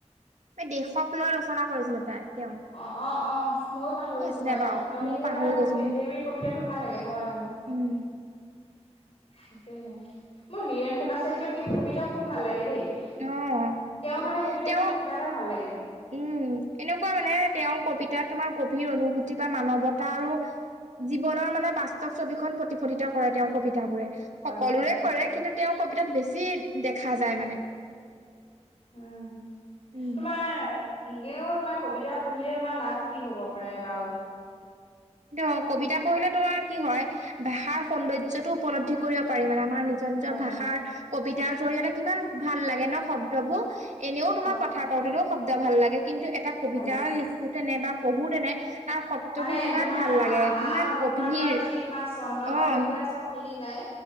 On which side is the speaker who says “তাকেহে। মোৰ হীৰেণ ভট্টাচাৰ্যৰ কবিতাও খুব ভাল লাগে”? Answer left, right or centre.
Left